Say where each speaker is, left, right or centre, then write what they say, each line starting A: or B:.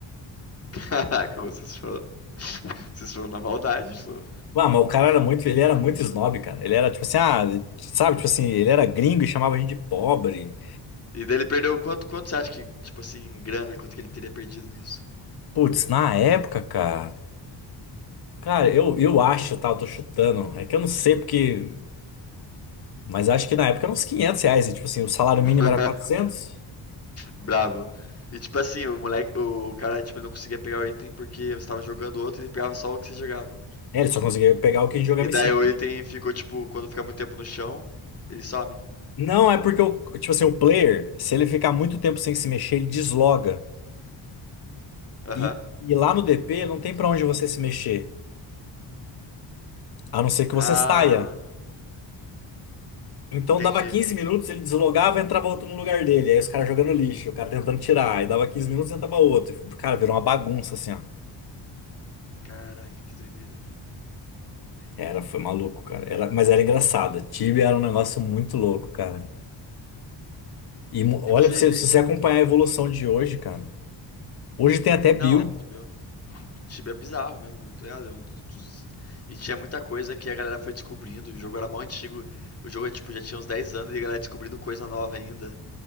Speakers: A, on the left; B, on the left.
A: <laughs> Caraca, vocês foram. <laughs> Vocês foram na maldade, pô.
B: Ah, mas o cara era muito, ele era muito snob, cara. Ele era tipo assim, ah, sabe, tipo assim, ele era gringo e chamava a gente de pobre.
A: E daí ele perdeu quanto, quanto você acha que, tipo assim, em grana, quanto que ele teria perdido nisso?
B: Putz, na época, cara, cara, eu, eu acho, tá, eu tô chutando. É que eu não sei porque, mas acho que na época era uns 500 reais, e, tipo assim, o salário
A: <laughs>
B: mínimo era quatrocentos
A: Bravo. E tipo assim, o moleque, o cara, tipo, ele não conseguia pegar o item porque você tava jogando outro e ele pegava só o que você jogava.
B: É, ele só conseguia pegar o que a gente jogava
A: E daí
B: em cima.
A: o item ficou tipo, quando fica muito tempo no chão, ele some.
B: Não, é porque o, tipo assim, o player, se ele ficar muito tempo sem se mexer, ele desloga.
A: Aham.
B: E, e lá no DP não tem pra onde você se mexer, a não ser que
A: Ah,
B: você saia. Então
A: entendi.
B: dava 15 minutos, ele deslogava e entrava outro no lugar dele. Aí os caras jogando lixo, o cara tentando tirar. Aí dava 15 minutos e entrava outro. E, Cara, virou uma bagunça assim, ó.
A: Caraca, que doideira.
B: Era, foi maluco, cara. Era, mas era engraçado. Tibia era um negócio muito louco, cara. E mo- olha,
A: E você.
B: pra você, se você acompanhar a evolução de hoje, cara. Hoje tem até build
A: Não, meu, Tibia é bizarro mesmo, viu? Tá ligado? É um dos- E tinha muita coisa que a galera foi descobrindo. O jogo era mal antigo. O jogo é, tipo, já tinha uns 10 anos e a galera descobrindo coisa nova ainda.